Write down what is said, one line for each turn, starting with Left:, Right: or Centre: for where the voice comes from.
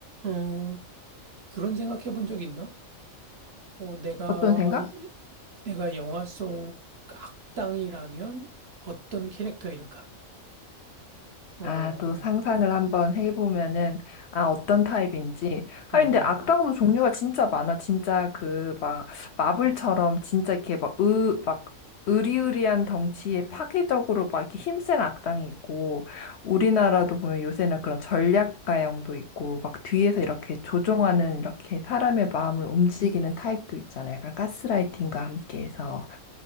Right: 음, 그런 생각해 본 적 있나? 어, 내가,
Left: 어떤 생각?
Right: 이- 내가 영화 속 악당이라면 어떤 캐릭터일까? 어, 음,
Left: 아, 또 상상을 한번 해보면은, 아, 어떤 타입인지. 아,
Right: 음,
Left: 근데
Right: 음.
Left: 악당도 종류가 진짜 많아. 진짜 그, 막, 마블처럼 진짜 이렇게 막, 으, 막, 으리으리한 덩치에 파괴적으로 막 이렇게 힘센 악당이 있고, 우리나라도 보면 요새는 그런 전략가형도 있고, 막 뒤에서 이렇게 조종하는 이렇게 사람의 마음을 움직이는 타입도 있잖아. 약간 가스라이팅과 함께해서.